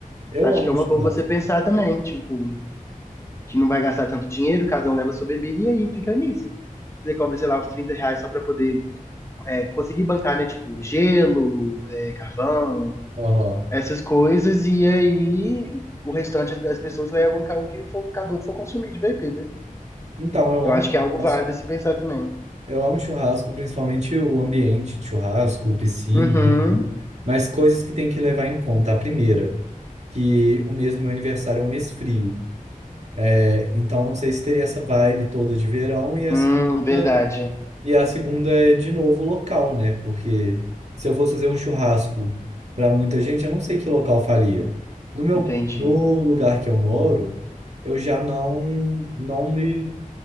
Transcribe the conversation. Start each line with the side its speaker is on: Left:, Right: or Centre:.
Right: Eu
Left: Acho
Right: amo
Left: que é uma
Right: churrasco.
Left: boa você pensar também, tipo, que não vai gastar tanto dinheiro, cada um leva sua bebida e aí fica nisso. Você cobra, sei lá, uns 30 reais só pra poder é, conseguir bancar, né? Tipo, gelo, é, carvão,
Right: Aham.
Left: essas coisas, e aí o restante das pessoas levam o que o cada um for consumir de bebida.
Right: Então, eu
Left: Eu
Right: amo
Left: acho
Right: churrasco.
Left: que é algo válido se pensar também.
Right: Eu amo churrasco, principalmente o ambiente de churrasco, piscina,
Left: Uhum.
Right: mas coisas que tem que levar em conta. A primeira, que o mês do meu aniversário é um mês frio, é, então não sei se teria essa vibe toda de verão. E a
Left: Hum,
Right: segunda,
Left: verdade.
Right: e a segunda é de novo o local, né? Porque se eu fosse fazer um churrasco para muita gente, eu não sei que local eu faria. No meu,
Left: Entendi.
Right: no lugar que eu moro, eu já não, não me